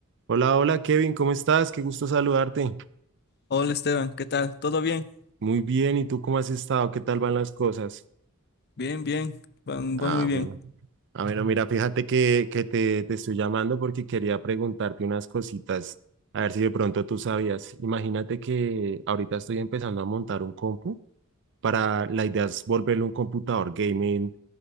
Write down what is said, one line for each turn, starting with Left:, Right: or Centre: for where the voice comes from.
Right: Hola, hola Kevin, ¿cómo estás? Qué gusto saludarte.
Left: Hola Esteban, ¿qué tal? ¿Todo bien?
Right: Muy bien, ¿y tú cómo has estado? ¿Qué tal van las cosas?
Left: Bien, bien, va, va
Right: Ah,
Left: muy bien.
Right: bueno. Ah, bueno, mira, fíjate que, que te, te estoy llamando porque quería preguntarte unas cositas, a ver si de pronto tú sabías. Imagínate que ahorita estoy empezando a montar un compu para, la idea es volverlo un computador gaming,